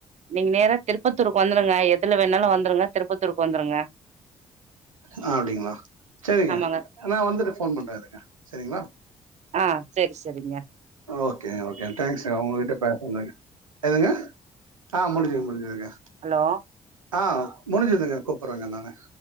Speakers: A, on the right (about 40°); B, on the right (about 85°).
A: நீங்க நேரா திருப்பத்தூருக்கு வந்துருங்க எத் துல வேணாலு வந்துருங்க திருப்பத்தூருக்கு வந்துருங்க
B: ஆ அப்டிங்களா? சரிங்க.
A: ஆமாங்க
B: நான் வந்துட்டு ஃபோன் பண்றேன் இருங்க. சரிங்களா?
A: ஆஹ் சரி செரிங்க
B: ஓகே ஓகே தேங்க்ஸ்ங்க உங்ககிட்ட பேசனதுக் எதுங்க ஆஹ் முடிஞ்சுது முடிஞ்சுதுங்க
A: ஹலோ
B: ஆஹ் முடிஞ்சுதுங்க கூப்புட்றேங்க நானு